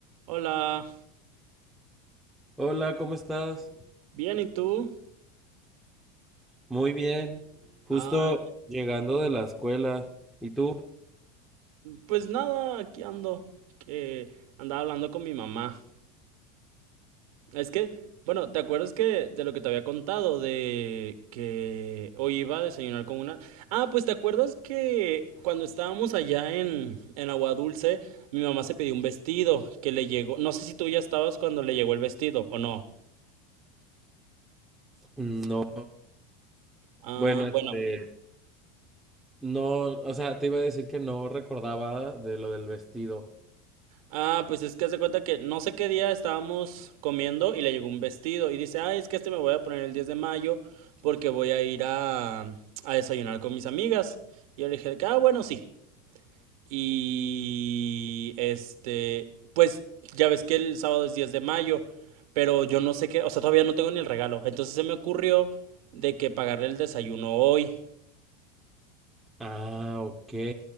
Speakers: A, on the right (about 70°); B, in the centre.
A: Hola,
B: Hola, ¿cómo estás?
A: bien, ¿y tú?
B: Muy bien. Justo
A: Ah,
B: llegando de la escuela. ¿Y tú?
A: pues nada, aquí ando, que andaba hablando con mi mamá. Es que, bueno, ¿te acuerdas que de lo que te había contado de que hoy iba a desayunar con una... Ah, pues ¿te acuerdas que cuando estábamos allá en en Agua Dulce, mi mamá se pidió un vestido que le llegó, no sé si tú ya estabas cuando le llegó el vestido o no.
B: No.
A: Ah,
B: Bueno, este,
A: bueno.
B: no, o sea, te iba a decir que no recordaba de lo del vestido.
A: Ah, pues es que haz de cuenta que no sé qué día estábamos comiendo y le llegó un vestido y dice, ay, es que este me voy a poner el 10 de mayo porque voy a ir a, a desayunar con mis amigas. Y yo le dije de que, ah, bueno, sí. Y este, pues ya ves que el sábado es 10 de mayo, pero yo no sé qué, o sea, todavía no tengo ni el regalo. Entonces se me ocurrió de que pagarle el desayuno hoy.
B: Ah, ok.